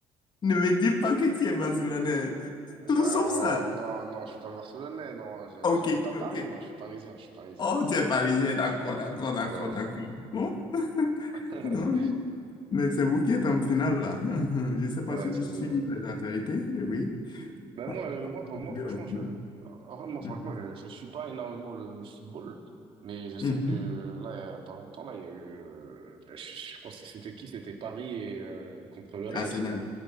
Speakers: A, on the left; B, on the right.
A: Ne me dis pas que tu es Barcelonais.
B: Euh,
A: Tout
B: Non,
A: sauf ça.
B: non, non, je suis pas barcelonais, non, je-
A: Ok,
B: j'habite à
A: ok.
B: Paris, moi, je suis parisien, je suis parisien.
A: Oh, tu es parisien, d'accord, d'accord, d'accord,
B: Ouais,
A: d'accord. Bon, <laughs>
B: <laughs>
A: non, Mais c'est vous qui êtes en finale, là. <laughs> Je ne sais pas
B: ouais,
A: si
B: c'est
A: tu suis
B: nous.
A: les
B: ouais.
A: actualités, oui.
B: Ben
A: Pa-
B: moi, euh,
A: pa-
B: moi, pour moi, franchement,
A: la
B: je,
A: finale.
B: en vrai, moi,
A: Mhm.
B: franchement, je, je suis pas énormément le, le football, mais je sais
A: Mhm.
B: que là, il y a pas longtemps, là, il y a eu, euh, ben, je, je pense que c'était qui? C'était Paris et euh, contre le Real,
A: Arsenal.
B: c'est ça?